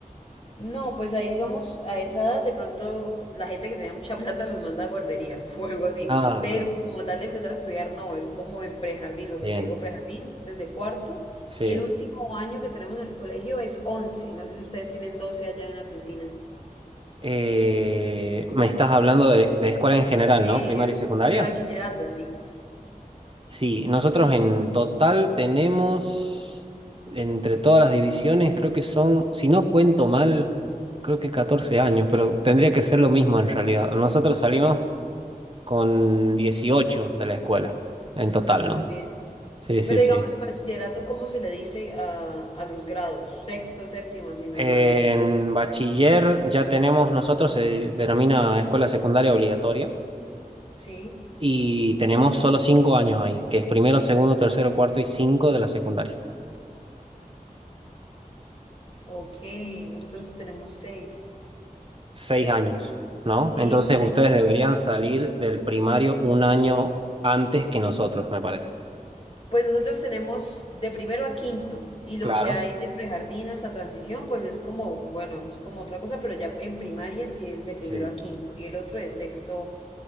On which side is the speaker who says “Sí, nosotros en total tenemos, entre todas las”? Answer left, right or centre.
Right